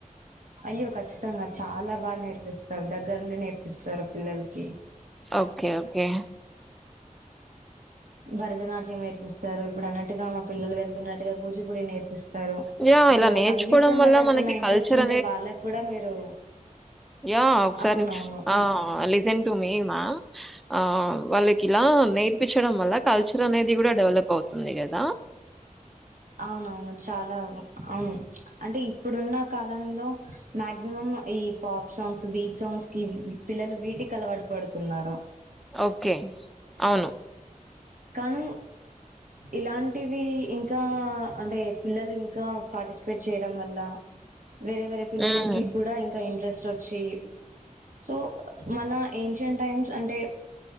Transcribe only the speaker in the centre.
ఓకే ఓకే
యా
ఇలా నేర్చుకోవడం
వల్ల
మనకి
కల్చర్
యా ఒకసారి
ఆ లెజెన్ టు మీ మా ఆ వాళ్ళకి ఇలా నేర్పించడం వల్ల కల్చర్ అనేది కూడా డెవలప్ అవుతుంది కదా
ఓకే అవును
హ్మ్.